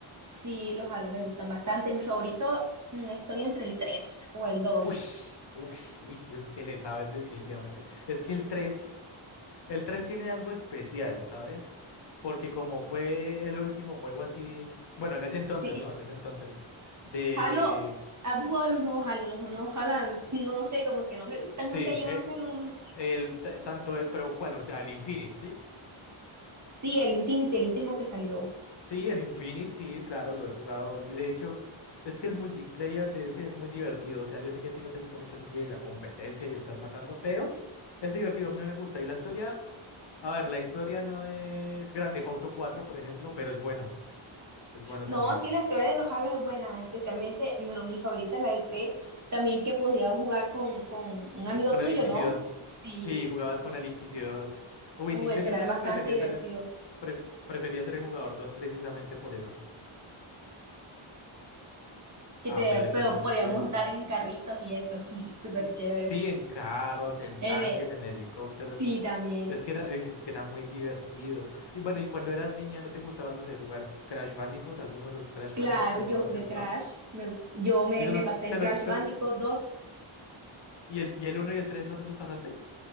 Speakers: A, on the right; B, on the left.
A: sí, los Halo me gustan bastante. Mi favorito, mm, estoy entre el 3 o el dos
B: Uy, uy, uy, es que le sabes definitivamente. Es que el tres El 3 tiene algo especial, ¿sabes? Porque como fue el último juego así, bueno, en ese entonces,
A: Sí,
B: ¿no? En ese entonces, de...
A: Halo, ¿has jugado los nuevos Halo? Los nuevos Halo, no, no sé, como que no me gustan,
B: Sí,
A: no sé, yo
B: eh,
A: no sé, no,
B: el t- tanto, eh, pero ¿cuál? O sea, el Infinite, ¿sí?
A: Sí, el Infinity, el último que salió.
B: Sí, el Infinite, sí, claro, lo he jugado. De hecho, es que el multiplayer de ese es muy divertido. O sea, yo sé que a ti no te gusta mucho así que la competencia y estar matando, pero es divertido, a mí me gusta. Y la historia, a ver, la historia no es Grand Theft Auto 4, por ejemplo, pero es bueno, es bueno
A: No,
B: también.
A: sí, la historia de los Halos es buena, especialmente, bueno, mi favorita la del 3, también que podías jugar con, con un
B: Con,
A: amigo
B: con
A: tuyo,
B: el Inquisidor.
A: ¿no? Sí,
B: Sí, jugabas con el Inquisidor. uf. Uy,
A: Uh,
B: sí,
A: ese
B: yo siempre
A: era bastante
B: prefería
A: divertido,
B: ser, pref- prefería ser el jugador 2 precisamente por eso.
A: que
B: A
A: te
B: ver, ¿qué
A: pero
B: más
A: podías
B: juegos?
A: montar en carritos y eso, <laughs> súper chévere.
B: Sí, en carros, en
A: Eh,
B: tanques,
A: de-
B: en helicópteros.
A: sí, también.
B: Es que era, es, es que era muy divertido. Y bueno, y cuando eras niña, ¿no te gustaba, no sé, jugar Crash Bandicoot? ¿Alguno de los Crash
A: Claro,
B: Bandicoot te
A: yo
B: jugaba,
A: jugué
B: te gustaba?
A: Crash, me, gu- yo me,
B: Y te
A: me
B: los,
A: pasé el
B: te
A: Crash
B: los, pero,
A: Bandicoot 2,
B: ¿y el, y el uno y el 3 no te los pasaste?